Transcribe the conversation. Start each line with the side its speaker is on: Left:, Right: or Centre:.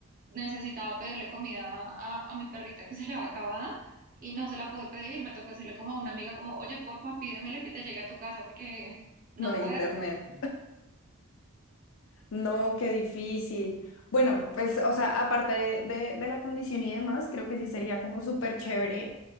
Right: necesitaba pedirle comida a, a mi perrita que <laughs> se le había acabado y no se la pude pedir, me tocó decirle como a una amiga como, oye, porfa, pídemele que te llegue a tu casa porque... No
Left: no hay
Right: puedo,
Left: internet. No, qué difícil. Bueno, pues, o sea, aparte de, de- de la condición y demás, creo que sí sería como súper chévere